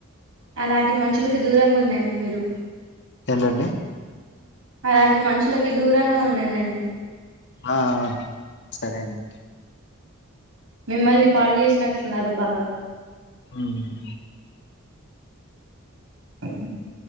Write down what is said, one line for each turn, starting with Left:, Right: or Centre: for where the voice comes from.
Right: అలాంటి మనుషులకి దూరంగా ఉండండి మీరు
Left: ఏంటండి
Right: అలాంటి మనుషులకి దూరంగా ఉండండి అండి
Left: ఆ సరే అండి
Right: మిమ్మల్ని పాడు చేసినట్లున్నారు బాగా
Left: ఉమ్
Right: అ